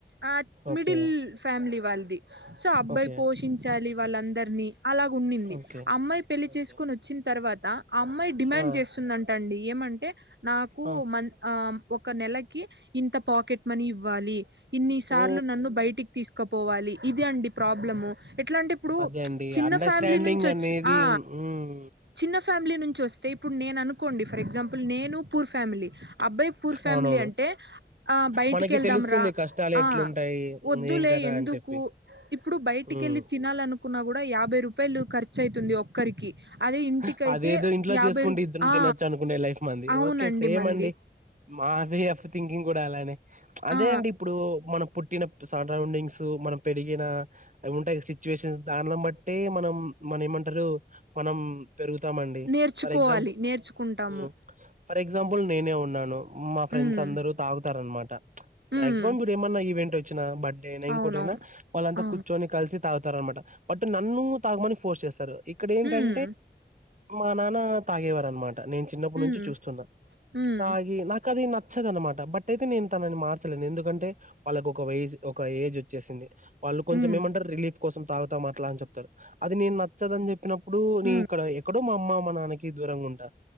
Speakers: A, on the right; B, on the right.
A: ఆ
B: ఓకే
A: మిడిల్ ఫ్యామిలీ వాళ్ళిది సో అబ్బాయి
B: ఓకే
A: పోషించాలి వాళ్ళందర్ అని అలాగున్నింది
B: ఓకే
A: అమ్మాయి పెళ్లి
B: ఓకే
A: చేసుకొని వచ్చిన తర్వాత ఆ అమ్మాయి డిమాండ్
B: ఆ
A: చేస్తుందంటం డి ఏమంటే నాకు
B: ఆ
A: మం ఆం ఒక నెలకి ఇంత పాకెట్ మనీ ఇవ్వాలి, ఇన్ని సార్లు
B: ఓ
A: నన్ను బైటికి తీసుకపోవాలి. ఇది అండి ప్రాబ్లము ఎట్లాంటే ఇప్పుడు
B: అదే అండి
A: ప్చ్ చిన్న
B: అండర్స్టాండింగ్
A: ఫ్యామిలీ నుంచి వచ్చి
B: అనేది
A: ఆ
B: ఉన్- ఉమ్
A: చిన్న ఫ్యామిలీ నుంచి వస్తే ఇప్పుడు నేను అనుకోండి ఫర్ ఎగ్జాంపుల్ నేను పూర్ ఫ్యామిలీ అబ్బా య్ పూర్ ఫ్యామిలీ
B: అవునవును
A: అంటే ఆ బయటికి
B: మనకి
A: వెళ్దాం
B: తెలుస్తుంది
A: రా,
B: కష్టాలు
A: ఆ
B: ఎట్లుంటాయి
A: వద్దులే
B: ఏం కదా
A: ఎం
B: అని
A: దుకు
B: చెప్పి
A: ఇప్పుడు బయటికి
B: ఉమ్
A: వెళ్ళి తినాలనుకున్నా కూడా యాభై రూపాయలు ఖర్చు అయితుంది ఒక్కరికి అదే
B: <unintelligible>
A: ఇంటికైతే
B: అదేదో ఇంట్లో
A: యాభై
B: చేసుకుంటే
A: రూ
B: ఇద్దరం
A: ఆ
B: తినొచ్చు అనుకుండే లైఫ్ మంది
A: అవునండి
B: ఓకే సేమ్
A: మంది
B: అండి. మా వే ఆఫ్ థింకింగ్ కూడా అలానే ప్చ్ అదే
A: ఆ
B: అండి ఇప్పుడు మనం పు ట్టిన సరౌండింగ్స్ మనం పెరిగిన అవి ఉంటాయిగ సిచ్యువేషన్స్ దాన్లని బట్టే మనం మన ఏమంటరు మనం పెరుగుతామండి
A: నేర్చుకోవాలి
B: ఫర్ ఎగ్జాంపుల్
A: నేర్చుకుంటాము
B: ఉమ్ ఫర్ ఎగ్జాంపుల్ నేనే ఉన్నాను మా ఫ్రెండ్స్
A: ఉమ్
B: అందరూ తాగుతారన్మాట ప్చ్ మ్యాగ్జిమం
A: ఉమ్
B: ఇప్పుడు ఏమన్నా ఈవెంట్ వచ్చినా బర్త్డే అయినా ఇంకోటి
A: అవునవును
B: అయినా వాళ్ళంతా
A: ఆ
B: కూర్చొని కలిసి తాగు తారు అనమాట బట్ నన్ను తాగమని ఫోర్స్ చేస్తారు ఇక్కడ ఏంటం
A: ఉమ్
B: మా నాన్న తాగేవారు అనమాట నేను చిన్నప్పుడు నుంచి
A: ఉమ్
B: చూస్తున్నా
A: ఉమ్
B: తాగి నా కది నచ్చదు ఆనమాట బట్ అయితే నేను తనని మార్చలేను ఎందుకంటే వాళ్ళకి ఒక వయస్ ఒక ఏజ్ వచ్చేసింది. వాళ్ళు కొంచెం
A: ఉమ్
B: ఏమంటారు రిలీఫ్ కోసం తాగుతాం అట్లా అ చెప్తారు అది నేను నచ్చదని చెప్పినప్ పుడు నే
A: ఉమ్
B: ఇక్కడ ఎక్కడో మా అమ్మ మా నాన్నకి దూరంగా ఉంటా